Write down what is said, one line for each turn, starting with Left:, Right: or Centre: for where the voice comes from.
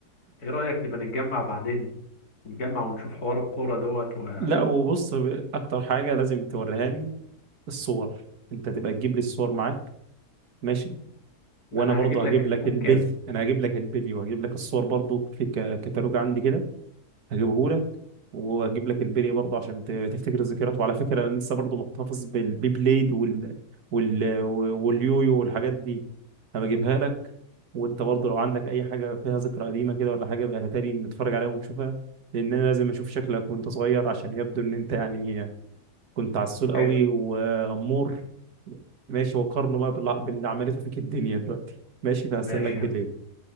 Left: ايه رأيك نبقى نتجمع بعدين نتجمع ونشوف حوار الكورة دوت و...
Right: لا وبص ب- اكتر حاجه لازم توريهاني الصور انت تبقى تجيب لي الصور معاك ماشي
Left: ده
Right: وانا
Left: انا
Right: برضه
Left: هجيب لك
Right: هجيب
Left: ألبوم
Right: لك البلي
Left: كامل
Right: انا هجيب لك البلي وهجيب لك الصور برضه في ك- كتالوج عندي كده هجيبه لك واجيب لك البلي برضه عشان ت- تفتكر الذكريات وعلى فكره انا لسه برضه محتفظ بالبي بليد وال... وال... واليويو والحاجات دي هبجيبها لك وانت برضه لو عندك اي حاجه فيها ذكرى قديمه كده ولا حاجه بقى هاتها لي نتفرج عليها ونشوفها لان انا لازم اشوف شكلك وانت صغير عشان يبدو ان انت يعني كنت عسول قوي
Left: حلو
Right: وامور ماشي وقارنه بقى باللي باللي عملته فيك الدنيا دلوقتي ماشي فهستناك
Left: ماشي
Right: بالليل
Left: يا عم.